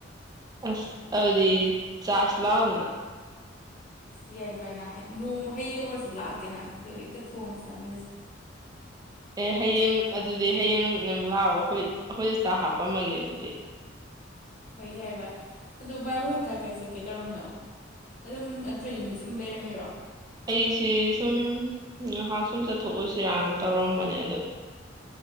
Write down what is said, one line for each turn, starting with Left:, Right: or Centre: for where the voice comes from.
Right: ꯑꯁ ꯑꯗꯤ ꯆꯥꯁ ꯂꯥꯎꯅ
Left: ꯑꯁ ꯌꯥꯏ ꯚꯥꯏ ꯅ ꯅꯣꯡꯃ ꯍꯌꯦꯡ ꯑꯣꯏꯔꯁꯨ ꯂꯥꯛꯇꯦꯅ ꯑꯗꯨ ꯍꯦꯛꯇ ꯊꯣꯡꯉꯒ ꯆꯥꯃꯤꯟꯅꯁꯦ
Right: ꯑꯦ ꯍꯌꯦꯡ ꯑꯗꯨꯗꯤ ꯍꯌꯦꯡ ꯅꯪ ꯂꯥꯛꯑꯣ ꯑꯩꯈꯣꯏ ꯑꯩꯈꯣꯏꯗ ꯆꯥꯛ ꯍꯥꯞꯄꯝꯃꯒꯦ ꯑꯗꯨꯗꯤ
Left: ꯍꯣꯏ ꯌꯥꯏ ꯚꯥꯏ ꯑꯗꯨ ꯚꯥꯏ ꯍꯣꯏ ꯀꯥꯏ ꯀꯥꯏ ꯆꯠꯀꯦ ꯇꯧꯔꯝꯃꯤꯅꯣ ꯑꯗꯨꯝ ꯅꯠꯇ꯭ꯔ ꯌꯨꯝꯗ ꯁꯨꯝ ꯂꯩꯔꯝꯃꯤꯔꯣ
Right: ꯑꯩꯁꯤ ꯁꯨꯝ ꯉꯥꯏꯍꯥꯛ ꯁꯨꯝ ꯆꯠꯊꯣꯛꯎꯁꯤꯔꯅ ꯇꯧꯔꯝꯕꯅꯦ ꯑꯗꯨ